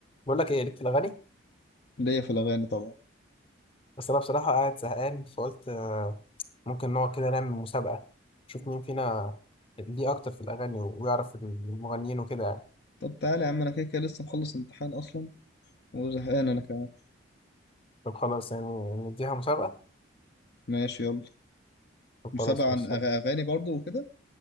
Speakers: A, on the left; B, on the left.
A: بقول لك ايه ليك في الاغاني
B: ليا في الأغاني طبعا
A: بس انا بصراحه قاعد زهقان فقلت آه، ممكن نقعد كده نعمل مسابقه نشوف مين فينا ليه اكتر في الاغاني ويعرف المغنيين وكده يعني
B: طب تعالى يا عم أنا كده كده لسه مخلص امتحان أصلا وزهقان أنا كمان
A: طب خلاص يعني نديها مسابقه
B: ماشي يلا
A: طب
B: مسابقة
A: خلاص ماشي
B: عن أغ-
A: هبدأ.
B: أغاني برضو وكده